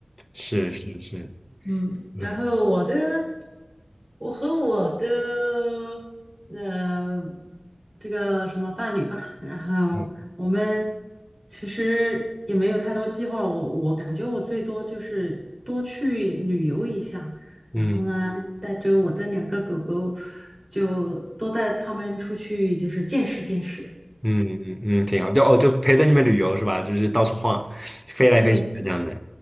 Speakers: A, in the centre; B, on the right.
A: 是是是，
B: 嗯，
A: 嗯
B: 然后我的，我和我的，呃，这个什么伴侣吧，然后我们
A: 嗯
B: 其实也没有太多计划，我我感觉我最多就是多去旅游一下，然后呢，
A: 嗯
B: 带着我的两个狗狗，就多带他们出去，就是见识见识。
A: 嗯嗯，挺好。就哦，就陪着你们旅游是吧？就是到处晃，飞来飞去的这样子，
B: 对，